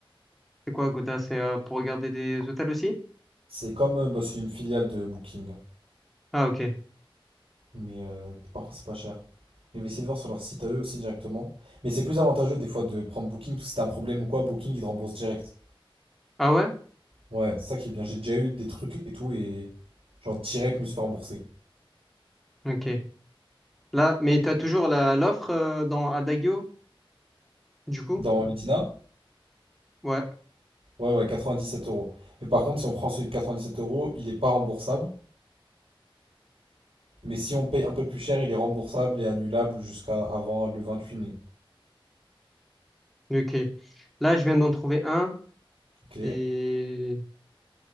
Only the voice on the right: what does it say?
C'est comme, euh, bah, c'est une filiale de Booking.
Mais euh, parfois c'est pas cher. Et je vais essayer de voir sur leur site à eux aussi directement. Mais c'est plus avantageux des fois de prendre Booking, parce que si t'as un problème ou quoi, Booking il te rembourse direct.
Ouais, c'est ça qui est bien. J'ai déjà eu des trucs et tout, et genre direct je me suis fait rembourser.
Dans l'Edina,
ouais, ouais, Quatre-vingt-dix-sept euros. Mais par contre, si on prend celui de sept euros, il est pas remboursable. Mais si on paye un peu plus cher, il est remboursable et annulable jusqu'à avant le vingt-huit mai.
Ok.